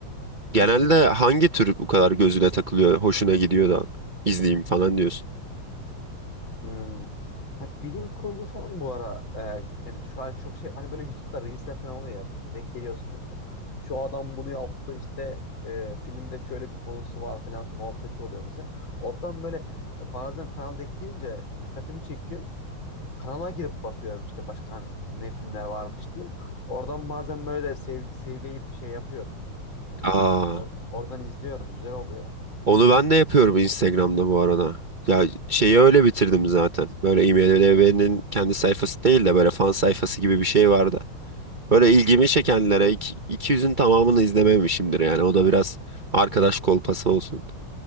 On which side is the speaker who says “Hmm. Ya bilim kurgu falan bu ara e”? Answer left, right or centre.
Left